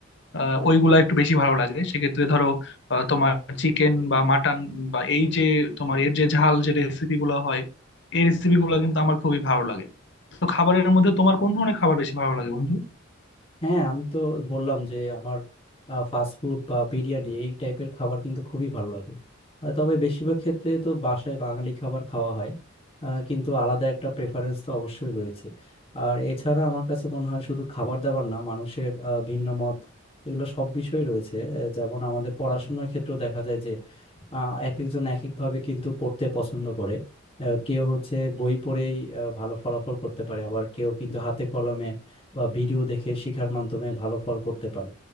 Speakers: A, on the left (about 65°); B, on the left (about 30°).
A: আহ, ওইগুলা একটু বেশি ভালো লাগে সেক্ষেত্রে ধরো আহ, তোমার চিকেন বা মাটন বা এই যে তোমার এর যে ঝাল যে রেসিপি গুলো হয় এই রেসিপি গুলো কিন্তু আমার খুবই ভালো লাগে তো খাবারের মধ্যে তোমার কোন ধরনের খাবার বেশি ভালো লাগে বন্ধু
B: হ্যাঁ আমি তো বললাম যে আমার ফাস্ট ফুড বা বিরিয়ানি এই টাইপের খাবার কিন্তু খুবই ভালো লাগে আহ, তবে বেশিরভাগ ক্ষেত্রে তো বাসায় বাঙালি খাবার খাওয়া হয় আহ, কিন্তু আলাদা একটা প্রেফারেন্স তো অবশ্যই রয়েছে আর এছাড়া আমার কাছে মনে হয় শুধু খাবার দাবার না মানুষের আহ, ভিন্ন মত এগুলো সব বিষয়ে রয়েছে আহ, যেমন আমাদের পড়াশোনার ক্ষেত্রেও দেখা যায় যে আহ, এক একজন এক একভাবে কিন্তু পড়তে পছন্দ করে আহ, কেউ হচ্ছে বই পড়েই আহ, ভালো ফলাফল করতে পারে আবার কেউ কিন্তু হাতে কলমে বা ভিডিও দেখে শেখার মাধ্যমে ভালো ফল করতে পারে